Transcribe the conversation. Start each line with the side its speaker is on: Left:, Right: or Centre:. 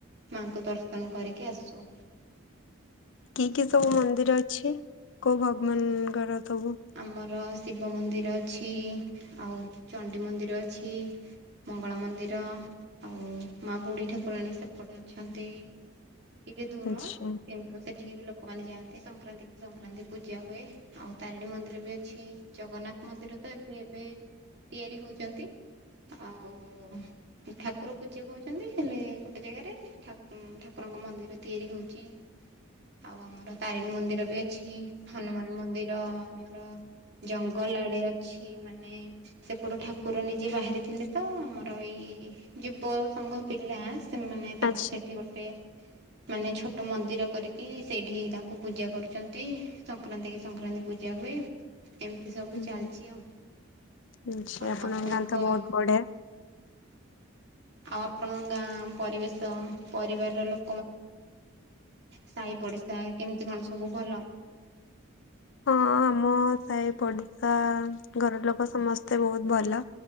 Right: ମାଙ୍କୁ ଦର୍ଶନ କରିକି ଆସଚୁ।
Left: କି କି ସବୁ ମନ୍ଦିର ଅଛି କୋଉ ଭଗବାନଙ୍କର? ସବୁ
Right: ଆମର ଶିବ ମନ୍ଦିର ଅଛି, ଆଉ ଚଣ୍ଡି ମନ୍ଦିର ଅଛି। ମଙ୍ଗଳା ମନ୍ଦିର ଆଉ ମା ବୁଢ଼ୀ ଠାକୁରାଣୀ ସେପଟେ ଅଛନ୍ତି। ଟିକେ ଦୁର
Left: ଆଚ୍ଛା।
Right: କିନ୍ତୁ ସେଠିକି ବି ଲୋକ ଲୋକମାନେ ଯାଆନ୍ତି ସଂକ୍ରାନ୍ତି ସଂକ୍ରାନ୍ତି ପୂଜା ହୁଏ ଆଉ ତାରିଣୀ ମନ୍ଦିର ବି ଅଛି। ଜଗନ୍ନାଥ ମନ୍ଦିର ତ ଏବେ ଏବେ ତିଆରି ହଉଛନ୍ତି ଆଉ। ଓ ଠାକୁର ପୂଜା ପାଉଛନ୍ତି ହେଲେ ଗୋଟେ ଜାଗାରେ ଠାକୁ ଠାକୁରଙ୍କ ମନ୍ଦିର ତିଆରି ହଉଛି। ଆଉ ଆମର ତାରିଣୀ ମନ୍ଦିର ବି ଅଛି, ହନୁମାନ ମନ୍ଦିର ଆମର। ଜଙ୍ଗଲ ଆଡେ ଅଛି ମାନେ ସେପଟୁ ଠାକୁର ନିଜେ ବାହାରିଥିଲେ ତ ଆମର ଏଇ ଯୁବ ସଂଘ ପିଲା ସେମାନେ ତାଙ୍କୁ
Left: ଆଚ୍ଛା
Right: ସେଠି ଗୋଟେ ମାନେ ଛୋଟ ମନ୍ଦିର କରିକି ସେଇଠି ତାଙ୍କୁ ପୂଜା କରୁଛନ୍ତି ସଂକ୍ରାନ୍ତି କି ସଂକ୍ରାନ୍ତି ପୂଜା ହୁଏ। ଏମିତି ସବୁ
Left: ହୁଁ
Right: ଚାଲିଛି ଆଉ।
Left: ଆଚ୍ଛା
Right: ଆ ଆପଣଙ୍କ
Left: ଗାଁ ତ ବହୁତ
Right: ହଁ।
Left: ବଢିଆ।
Right: ଆଉ ଆପଣଙ୍କ ଗାଁ, ପରିବେଶ, ପରିବାରର ଲୋ ସାହି ପଡିଶା କେମିତି କଣ ସବୁ ଭଲ?
Left: ହଁ। ଆମ ସାହି ପଡିଶା ଘର ଲୋକ ସମସ୍ତେ ବହୁତ ଭଲ,